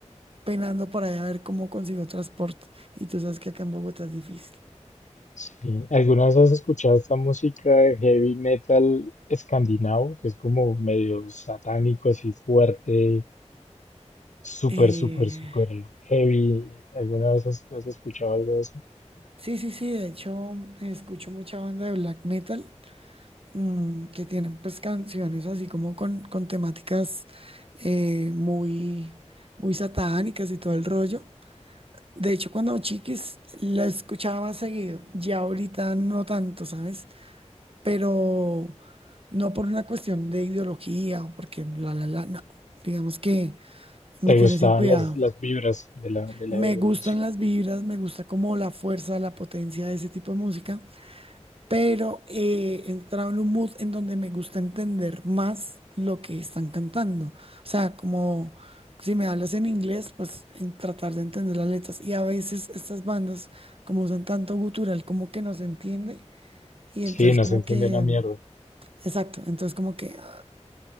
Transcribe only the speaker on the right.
penando por allá a ver cómo consigo transporte. Y tú sabes que acá en Bogotá es difícil.
Eh,
sí, sí, sí, de hecho escucho mucha banda de black metal mm, que tienen pues canciones así como con, con temáticas eh, muy, muy satánicas y todo el rollo. De hecho, cuando chiquis la escuchaba seguido, ya ahorita no tanto, ¿sabes? pero no por una cuestión de ideología o porque la, la, la, no. Digamos que me
tiene
sin cuidado.
Me
gustan
las vibras, me gusta como la fuerza, la potencia de ese tipo de música, pero eh, he entrado en un mood en donde me gusta entender más lo que están cantando. O sea, como si me hablas en inglés, pues en tratar de entender las letras. Y a veces estas bandas, como usan tanto gutural, como que no se entiende. Y entonces
como
que
Exacto, entonces como que, ay,